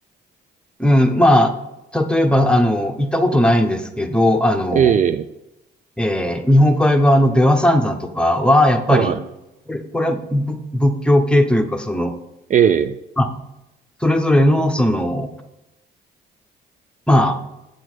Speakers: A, in the centre; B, on the right.
A: うん、まあ、例えば、あの、行ったことないんですけど、あの、
B: ええ、
A: えー日本海側の出羽三山とかは、やっぱり、
B: は
A: これ、これは仏仏教系というか、その、
B: い。ええ、
A: まあそれぞれの、その、まあ、